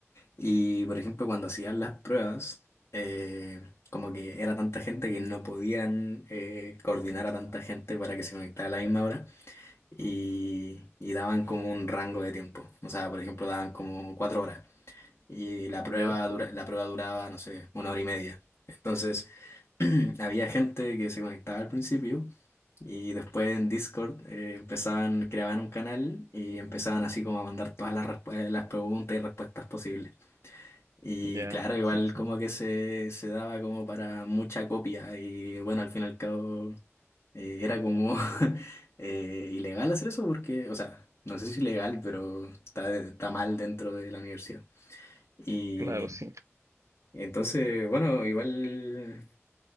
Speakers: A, on the left; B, on the right.
A: Y, por ejemplo, cuando hacían las pruebas, eh, como que era tanta gente que no podían eh, coordinar a tanta gente para que se conectara a la misma hora y, y daban como un rango de tiempo. O sea, por ejemplo, daban como cuatro horas y la prueba,
B: Ya,
A: dura- la prueba duraba, no sé, una hora y media. Entonces, <clears throat> había gente que se conectaba al principio y después en Discord eh, empezaban, creaban un canal y empezaban así como a mandar todas las, respu- eh, las preguntas y respuestas posibles. Y
B: ya,
A: claro, igual
B: sí, sí,
A: como que se, se daba como para mucha copia y bueno, al fin y al cabo eh, era como <laughs> eh, ilegal hacer eso porque, o sea, no sé si ilegal, pero está, está mal dentro de la universidad. Y
B: claro, sí.
A: entonces, bueno, igual